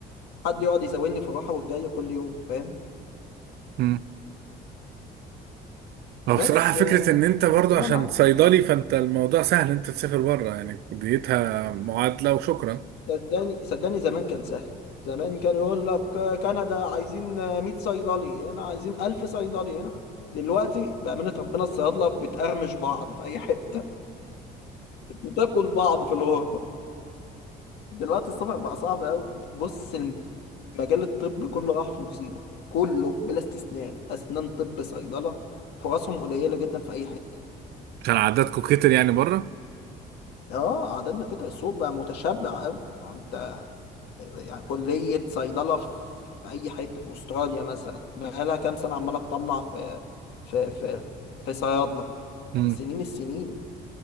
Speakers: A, on the left; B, on the right.
A: حد يقعد يزاولني في الراحه والجايه كل يوم فاهم
B: مم. اه
A: بس
B: بصراحة فكرة
A: آه،
B: إن أنت برضه
A: والله
B: عشان
A: معاك
B: صيدلي فأنت الموضوع سهل أنت تسافر بره يعني ديتها معادلة وشكرا
A: صدقني صدقني زمان كان سهل زمان كان يقول لك آه، كندا عايزين آه، 100 صيدلي هنا عايزين 1000 صيدلي هنا دلوقتي بأمانة ربنا الصيادلة بتقرمش بعض في أي حتة <laughs> وتاكل بعض في الغربة دلوقتي السفر بقى صعب أوي بص المجال الطبي كله راح في مصيبة كله بلا استثناء أسنان طب صيدلة فرصهم قليلة جدا في أي حتة
B: عشان عددكم كتر يعني بره
A: اه قعدنا كده السوق بقى متشبع أوي انت يعني كلية صيدلة في في أي حتة في أستراليا مثلا بقالها كام سنة عمالة تطلع في في في في صيادلة
B: امم
A: سنين السنين